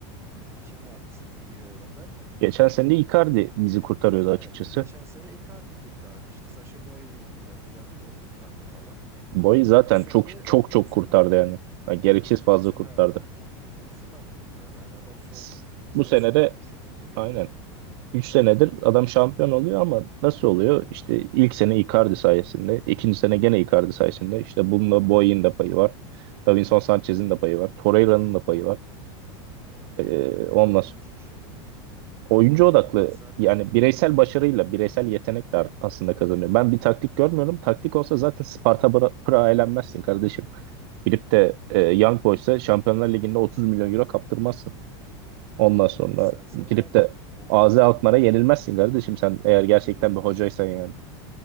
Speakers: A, on the right; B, on the right.
A: e, kim vardı sizde iyi olarak?
B: Geçen sene de Icardi bizi kurtarıyordu
A: Ha,
B: açıkçası.
A: geçen sene Icardi kurtardı. İşte Sacha Boey iyiydi biraz. Birazcık o kurtardı falan.
B: Boy zaten
A: Bu sene
B: çok
A: de
B: çok çok
A: Osimhen.
B: kurtardı yani. Ha, gereksiz fazla
A: Bu sefer
B: kurtardı.
A: de hani Osimhen kurtardı. Hani adam son
B: S-
A: üç
B: Bu
A: dört
B: sene
A: senedir
B: de
A: bu şekilde gidiyor.
B: aynen 3 senedir adam şampiyon oluyor ama nasıl oluyor? İşte ilk sene Icardi sayesinde, ikinci sene gene Icardi sayesinde. İşte bununla Boy'un da payı var. Davinson Sanchez'in de payı var. Torreira'nın da payı var.
A: Evet.
B: Ee,
A: Yani hep
B: ondan
A: oyuncu şeyi.
B: Oyuncu
A: Ama hani
B: odaklı
A: e, zaten
B: yani bireysel başarıyla, bireysel yetenekle art- aslında
A: evet
B: kazanıyor. Ben bir taktik görmüyorum. Taktik olsa zaten Sparta Bra- Prag'a elenmezsin kardeşim. Girip de e, Young Boys'a Şampiyonlar Ligi'nde 30 milyon euro kaptırmazsın. Ondan sonra
A: ya sen zaten
B: girip de
A: bu
B: AZ Alkmaar'a yenilmezsin kardeşim sen eğer
A: aynen
B: gerçekten
A: öyle.
B: bir hocaysan yani.